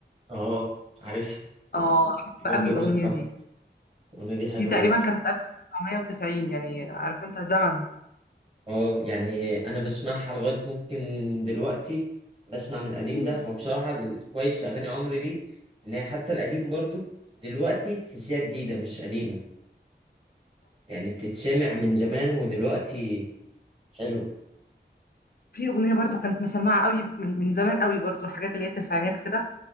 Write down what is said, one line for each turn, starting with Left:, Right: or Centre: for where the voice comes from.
Right: اه عارفها
Left: اه حلوة
Right: برضو
Left: قوي الأغنية
Right: بحبها
Left: دي
Right: الأغنية دي حلوة
Left: دي تقريبا
Right: برضو
Left: كانت 1990 يعني عارف انت زمن
Right: اه يعني أنا بسمعها لغاية ممكن دلوقتي بسمع من القديم
Left: ايوه
Right: ده هو بصراحة الكويس في أغاني عمرو دي إن هي حتى القديم برضو دلوقتي تحسيها جديدة مش قديمة يعني بتتسمع من زمان ودلوقتي حلو
Left: في أغنية برضو كانت مسمعة قوي من من زمان قوي برضو الحاجات اللي هي التسعينات كده